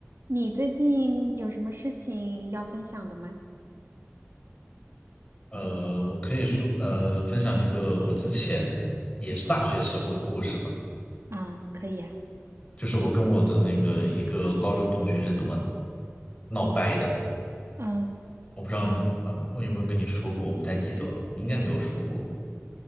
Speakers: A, on the right; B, on the left.
A: 你最近有什么事情要分享的吗？
B: 呃，我可以说，呃，分享一个我之前也是大学时候的故事吧，
A: 啊，可以啊，
B: 就是我跟我的那个一个高中同学是怎么闹掰的。
A: 嗯，
B: 我不知道你啊，我有没有跟你说过，我不太记得了，应该没有说过。